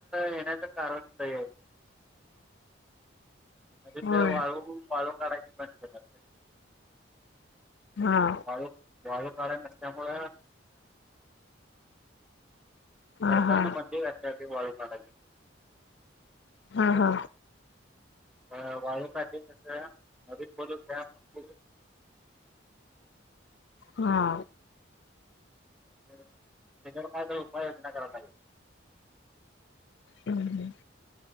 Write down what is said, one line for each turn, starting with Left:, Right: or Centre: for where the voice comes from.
Centre: येण्याच कारण <unintelligible> आहे. म तिथं
Left: होय
Centre: वाळू वाळू काढायच बंद केल्यात.
Left: हा.
Centre: वाळू, वाळू काढाय नसल्यामुळ
Left: हा
Centre: सरकारनं
Left: हा
Centre: बंदी घातल्या ते वाळू काढायच.
Left: हा हा.
Centre: अ वाळू का <unintelligible> तसं, नदीत खोदून <unintelligible>
Left: हा.
Centre: त्याच्यावर काय तर उपाय योजना कराव लागेल.
Left: हम्म हम्म,